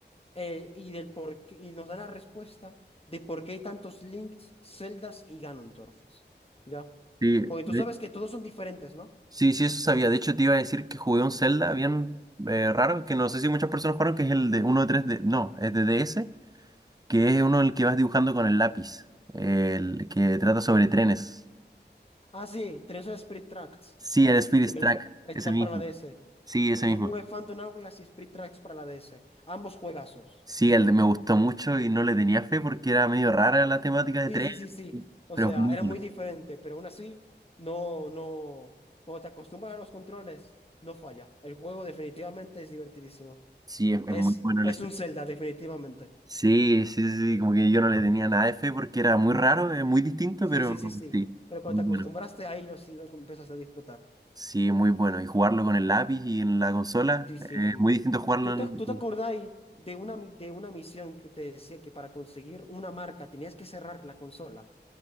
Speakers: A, on the left (about 30°); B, on the right (about 20°).
A: eh, y, del por qué- y nos da la respuesta de por qué hay tantos Links, Zeldas y Ganondorfs. ¿Ya?
B: Sí,
A: Porque tú
B: de-
A: sabes que todos son diferentes, ¿no?
B: sí, sí, eso sabía. De hecho, te iba a decir que jugué un Zelda bien eh, raro, que no sé si muchas personas jugaron, que es el de uno de tres d No, es de DS, que es uno el que vas dibujando con el lápiz, el que trata sobre trenes.
A: Ah, sí, tenés el Spirit Tracks.
B: Sí, el Spirit
A: Sí, también
B: Track,
A: la-
B: es
A: está
B: el mismo.
A: para la DS.
B: Sí, ese mismo.
A: Yo jugué Phantom Hourglass y Spirit Tracks para la DS. Ambos juegazos.
B: Sí, el de me gustó mucho y no le tenía fe porque era medio rara la temática de
A: Sí,
B: tren,
A: sí, sí, sí. O
B: pero
A: sea,
B: es muy
A: era
B: bueno.
A: muy diferente, pero aún así, no, no. Cuando te acostumbras a los controles, no falla. El juego definitivamente es divertidísimo.
B: Sí, es, es
A: Es,
B: muy bueno el
A: es
B: espectáculo.
A: un Zelda, definitivamente.
B: Sí, sí, sí, sí, como que yo no le tenía nada de fe porque era muy raro, es muy distinto,
A: Sí,
B: pero
A: sí, sí, sí.
B: sí,
A: Pero cuando
B: muy
A: te
B: bueno.
A: acostumbraste ahí, lo, sí lo empezaste a disfrutar.
B: Sí, muy bueno. Y jugarlo con el lápiz y en la consola,
A: Sí, sí,
B: eh,
A: sí.
B: es muy distinto jugarlo
A: ¿Tú
B: en...
A: te, tú te acordás de una, mi- de una misión que te decía que para conseguir una marca tenías que cerrar la consola?